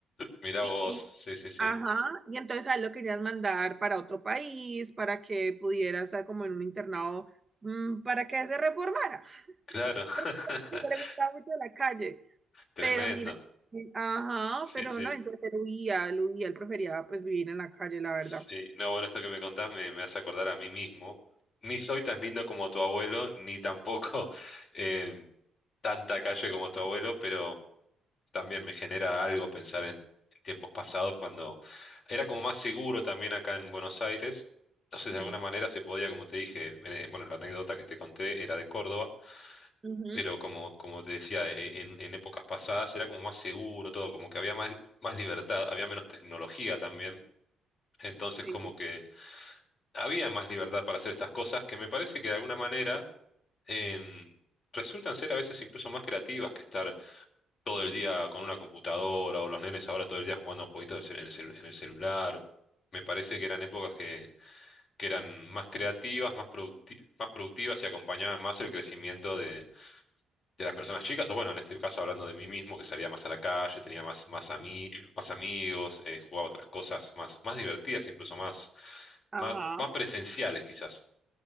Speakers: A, on the left (about 50°); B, on the right (about 25°).
A: Mirá
B: Y,
A: vos,
B: y-
A: sí, sí, sí.
B: ajá, y entonces a él lo querías mandar para otro país, para que pudiera estar como en un internado, mm, para que se reformara,
A: Claro,
B: <laughs>
A: <laughs>
B: porque le gustaba mucho la calle.
A: tremendo.
B: Pero mira, y- ajá,
A: Sí,
B: pero
A: sí,
B: no, entonces él huía, él huía, él prefería pues vivir en la calle, la
A: sí.
B: verdad.
A: No, bueno, esto que me contás me, me hace acordar a mí mismo. Ni soy tan lindo como tu abuelo, ni tampoco <laughs> eh, tanta calle como tu abuelo, pero... también me genera algo pensar en, en tiempos pasados cuando era como más seguro también acá en Buenos Aires. Entonces,
B: Sí.
A: de alguna manera se podía, como te dije, eh, bueno, la anécdota que te conté era de Córdoba,
B: Ujú,
A: pero como, como te decía, eh, en, en épocas pasadas era como más seguro todo, como que había más, más libertad, había menos tecnología también. Entonces,
B: sí,
A: como que había más libertad para hacer estas cosas que me parece que de alguna manera em, resultan ser a veces incluso más creativas que estar todo el día con una computadora o los nenes ahora todo el día jugando a jueguitos del cel- en el, cel- en el celular. Me parece que eran épocas que, que eran más creativas, más producti- más productivas y acompañaban más el crecimiento de, de las personas chicas. O bueno, en este caso hablando de mí mismo, que salía más a la calle, tenía más, más, ami- más amigos, eh, jugaba otras cosas más, más divertidas, incluso más,
B: ajá.
A: más, más presenciales quizás.